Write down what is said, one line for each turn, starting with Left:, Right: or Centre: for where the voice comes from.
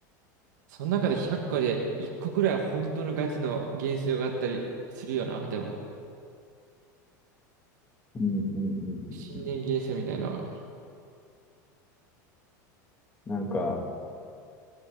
Right: その中で100個で1個くらいは本当のガチの幻想があったりするよな、でも。
Left: うんうんうんうん。
Right: 新年幻想みたいな。
Left: なんか、